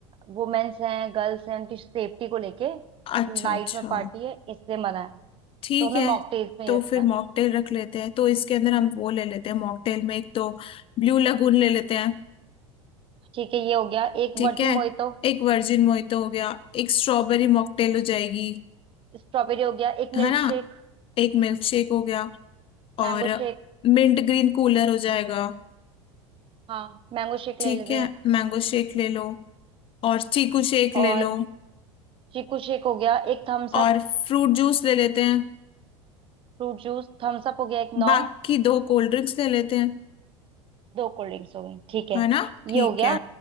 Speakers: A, on the right; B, on the left.
A: वुमेन्स हैं गर्ल्स हैं उनकी सेफ्टी को लेके
B: अच्छा
A: नाइट
B: अच्छा
A: में पार्टी है इसलिए मना है
B: ठीक
A: तो हमें
B: है
A: मॉकटेल्स में
B: तो
A: ही रखना
B: फिर
A: है
B: मॉकटेल रख लेते हैं तो इसके अंदर हम वो ले लेते हैं मॉकटेल में एक तो ब्लू लगून ले लेते हैं
A: ठीक है ये हो गया एक
B: ठीक
A: वर्जिन
B: है
A: मोहितो
B: एक वर्जिन मोहितो हो गया एक स्ट्रॉबेरी मॉकटेल हो जाएगी
A: स्ट्रॉबेरी हो गया एक
B: है
A: मिल्क
B: ना
A: शेक
B: एक मिल्क शेक हो गया
A: मैंगो
B: और
A: शेक
B: मिंट ग्रीन कूलर हो जाएगा
A: हाँ मैंगो शेक
B: ठीक
A: ले लेते
B: है
A: हैं एक
B: मैंगो शेक ले लो और चीकू शेक
A: और
B: ले लो
A: चीकू शेक हो गया एक Thums Up
B: और फ्रूट जूस ले लेते हैं
A: fruit juice Thums Up हो गया एक नौ
B: बाकी दो कोल्ड ड्रिंक्स ले लेते हैं
A: दो कोल्ड ड्रिंक्स हो गई ठीक है
B: है ना ठीक
A: ये हो गया
B: है